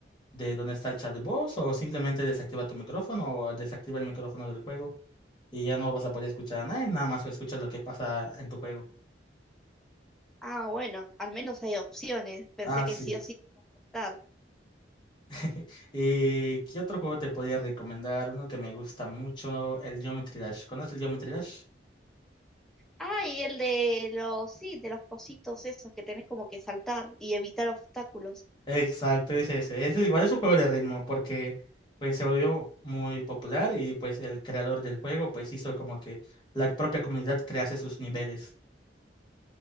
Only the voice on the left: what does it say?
de donde está el chat de voz o simplemente desactiva tu micrófono o desactiva el micrófono del juego y ya no vas a poder escuchar a nadie, nada más escuchas lo que pasa en tu juego.
Ah,
sí.
<laughs> ¿Y qué otro juego te podría recomendar? Uno que me gusta mucho, el Geometry Dash. ¿Conoces el Geometry Dash?
Exacto, es ese. Ese igual es un juego de ritmo porque pues se volvió muy popular y pues el creador del juego pues hizo como que la propia comunidad crease sus niveles.